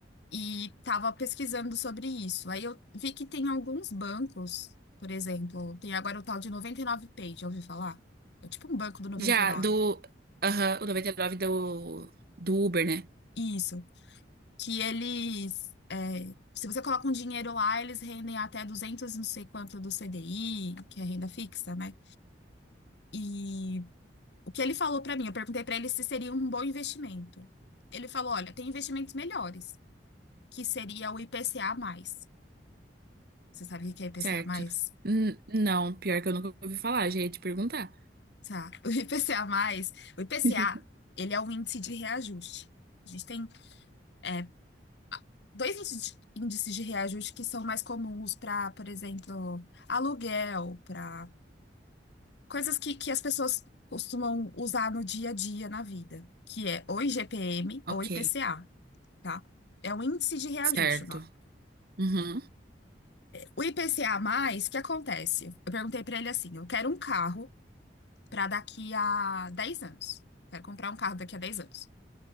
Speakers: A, on the left; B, on the right.
A: e estava pesquisando sobre isso. Aí eu vi que tem alguns bancos, por exemplo, tem agora o tal de 99Pay, já ouviu falar? É tipo um banco do 99.
B: Já do, aham, o noventa e nove do, do Uber, né?
A: Isso, que eles, é, se você coloca um dinheiro lá, eles rendem até 200 não sei quanto do CDI, que é renda fixa, né? E o que ele falou para mim, eu perguntei para ele se seria um bom investimento. Ele falou, olha, tem investimentos melhores, que seria o IPCA+. Você sabe o que é IPCA+.
B: Certo. N- não, pior que eu nunca ouvi falar, já ia te perguntar.
A: Tá. <laughs> O IPCA mais, o IPCA,
B: <laughs>
A: ele é um índice de reajuste. A gente tem é, dois índices de, índices de reajuste que são mais comuns para, por exemplo, aluguel, para coisas que, que as pessoas costumam usar no dia a dia na vida, que é ou IGPM
B: Ok,
A: ou IPCA, tá? É um índice de reajuste
B: certo.
A: o nome.
B: Uhum.
A: O IPCA mais, o que acontece? Eu perguntei para ele assim, eu quero um carro para daqui a 10 anos. Quero comprar um carro daqui a 10 anos.